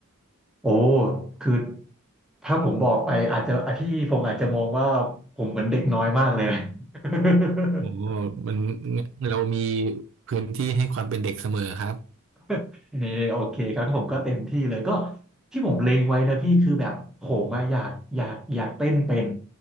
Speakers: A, in the centre; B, on the right.
A: โอ้คือถ้าผมบอกไปอาจจะอ่ะพี่ผมอาจจะมองว่าผมเหมือนเด็กน้อยมากเลยนะ <laughs>
B: โอ้มันเรามีพื้นที่ให้ความเป็นเด็กเสมอครับ
A: <laughs> นี่โอเคครับผมก็เต็มที่เลยก็ที่ผมเล็งไว้นะพี่คือแบบผมอะอยากอยากอยากเต้นเป็น